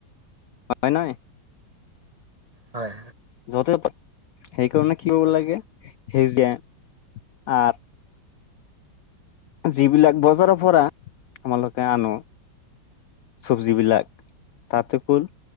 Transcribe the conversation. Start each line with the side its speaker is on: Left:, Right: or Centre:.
Left: হয় নই
Right: হয়
Left: যথেত সেইকাৰণে কি কৰিব
Right: হয়
Left: লাগে
Right: হয়
Left: সেউজীয়া আৰ যিবিলাক বজাৰৰ পৰা আমালোকে আনো চবজি বিলাক ততে কুল